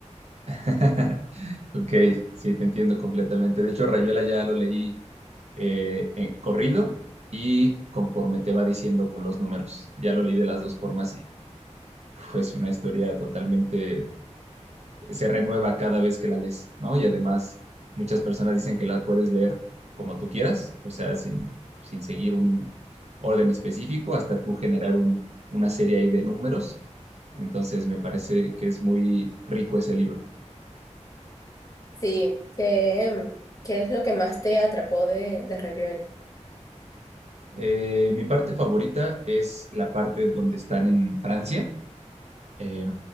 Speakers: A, on the right; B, on the left.
A: <laughs> Ok, sí, te entiendo completamente. De hecho, Rayuela ya lo leí eh, en corrido y conforme te va diciendo con los números. Ya lo leí de las dos formas y uf, es una historia totalmente se renueva cada vez que la lees, ¿no? Y además, muchas personas dicen que la puedes leer como tú quieras, o sea, sin, sin seguir un orden específico, hasta tú generar un- una serie ahí de números. Entonces, me parece que es muy rico ese libro.
B: Sí, ¿qué, em, qué es lo que más te atrapó de, de Rayuela?
A: Eh, mi parte favorita es la parte donde están en Francia Eh,